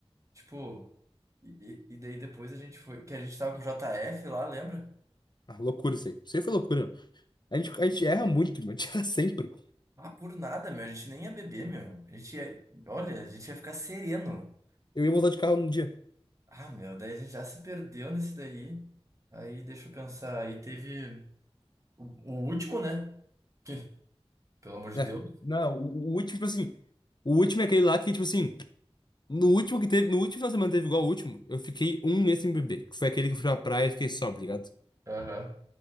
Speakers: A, on the right; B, on the left.
A: Tipo. E, e e daí depois a gente foi. Que a gente tava com o JF lá, lembra?
B: Ah, loucura isso aí. Isso aí foi loucura, meu. A gente, a gente erra muito, mano. <laughs> A gente erra sempre.
A: Ah, por nada, meu. A gente nem ia beber, meu. A gente ia. Olha, a gente ia ficar sereno.
B: Eu ia voltar de carro num dia.
A: Ah, meu. Daí a gente já se perdeu nesse daí. Aí deixa eu pensar. Aí teve o, o último, né? Que, pelo amor de
B: É.
A: Deus.
B: Não, o, o último, tipo assim. O último é aquele lá que, tipo assim. No último que teve. No último final de semana teve igual o último. Eu fiquei um mês sem beber. Que foi aquele que eu fui pra praia e fiquei sóbrio, ligado?
A: Aham.